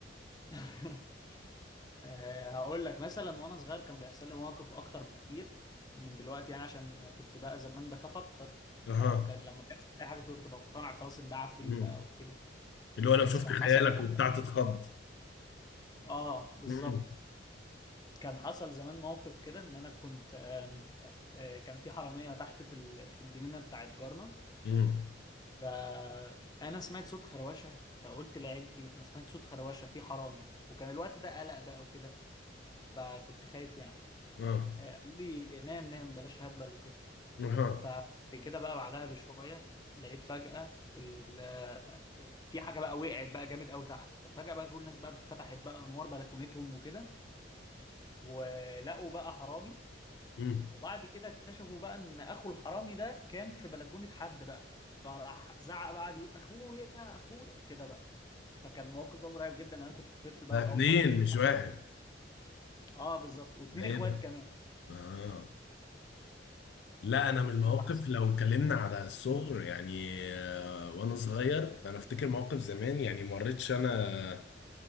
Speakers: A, on the left; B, on the left.
A: <laughs> آه، هقول لك مثلا وانا صغير كان بيحصل لي مواقف اكتر بكتير من دلوقتي يعني عشان كنت بقى زمان بخاف اكتر
B: اها
A: فكان لما بيحصل اي حاجه كنت بقتنع خلاص ان ده عفريت
B: مم.
A: بقى وكده
B: اللي هو لو
A: بس
B: شفت
A: كان
B: خيالك
A: حصل
B: وبتاع
A: بقى
B: تتخض
A: اه بالظبط
B: مم.
A: كان حصل زمان موقف كده ان انا كنت آم، آه، كان في حراميه تحت في ال- في الجنينه بتاعت جارنا
B: مم.
A: فانا سمعت صوت خروشه فقلت لعيلتي انا سمعت صوت خروشه في حرامي وكان الوقت ده قلق بقى وكده فكنت خايف يعني
B: اه
A: آه، قالوا لي نام نام بلاش هبل وكده
B: اها
A: فبعد كده بقى بعدها بشويه لقيت فجاه ال- آه، في حاجه بقى وقعت بقى جامد قوي تحت ففجاه بقى كل الناس بقى فتحت بقى انوار بلكونتهم وكده ولقوا بقى حرامي
B: مم.
A: وبعد كده اكتشفوا بقى ان اخو الحرامي ده كان في بلكونة حد بقى فراح زعق بقى قعد يقول اخويا اخويا كده بقى فكان موقف بقى مرعب جدا انا كنت طفل بقى
B: ده
A: واول
B: اتنين
A: مره اشوف
B: مش
A: أحرام.
B: واحد
A: اه بالظبط واتنين
B: ده
A: اخوات
B: ايه ده؟
A: كمان
B: اه لا انا من المواقف
A: انت عص-
B: لو اتكلمنا على الصغر يعني آه، وانا صغير انا افتكر موقف زمان يعني ما مريتش انا